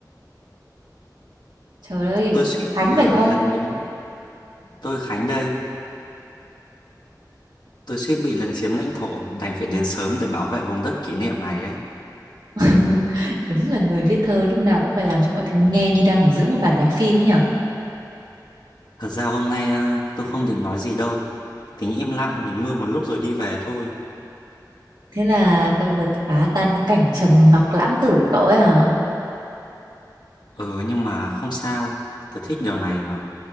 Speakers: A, on the right; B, on the left.
A: Trời ơi,
B: Tôi suýt
A: Khánh
B: bị
A: phải
B: ờ,
A: không?
B: lấn chiếm... Tôi Khánh đây. Tôi suýt bị lấn chiếm lãnh thổ, đành phải đến sớm để bảo vệ vùng đất kỷ niệm này đấy.
A: <laughs> Đúng là người viết thơ lúc nào cũng phải làm cho mọi thứ nghe như đang ở giữa một bản nhạc phim ấy nhở.
B: Thật ra hôm nay ờ, tôi không định nói gì đâu. Tính im lặng nhìn mưa một lúc rồi đi về thôi.
A: Thế là tôi vượt phá tan cái cảnh trầm mặc lãng tử của cậu ấy hả?
B: Ừ nhưng mà không sao, tớ thích điều này mà.